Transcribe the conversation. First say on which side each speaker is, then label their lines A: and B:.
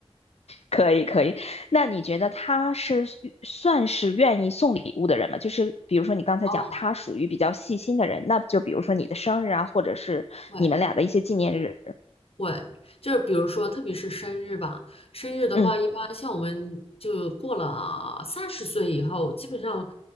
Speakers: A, on the left; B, on the left.
A: 可以可以。那你觉得他是算是愿意送礼物的人吗？就是比如说你刚才讲他属于比较细心的人，
B: 哦，
A: 那就比如说你的生日啊，或者是你们俩的一些纪念日。
B: 对，会，就是比如说，特别是生日吧，生日的话，
A: 嗯
B: 一般像我们就过了三十岁以后，基本上